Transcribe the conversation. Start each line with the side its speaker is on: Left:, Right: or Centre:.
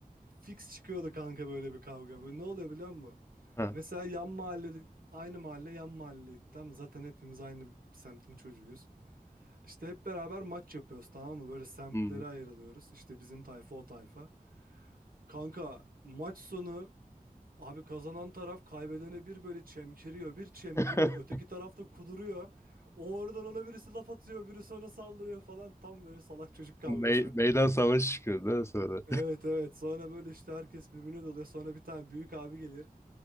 Right: Fix çıkıyordu kanka böyle bir kavga. Böyle ne oluyor biliyor musun?
Left: Ha.
Right: Mesela yan mahalle aynı mahalle yan mahalle. Tamam zaten hepimiz aynı semtin çocuğuyuz. İşte hep beraber maç yapıyoruz tamam mı? Böyle semtlere
Left: Hmm.
Right: ayrılıyoruz. İşte bizim tayfa o tayfa. Kanka maç sonu abi kazanan taraf kaybedene bir böyle çemkiriyor. Bir çemkiriyor.
Left: <laughs>
Right: Öteki taraf da kuduruyor. O oradan ona birisi laf atıyor. Birisi ona saldırıyor falan. Tam böyle salak çocuk kavgası.
Left: Mey- meydan savaşı çıkıyordu ha sonra.
Right: Evet evet. Sonra böyle işte herkes birbirine doluyor. Sonra bir tane büyük abi gelir.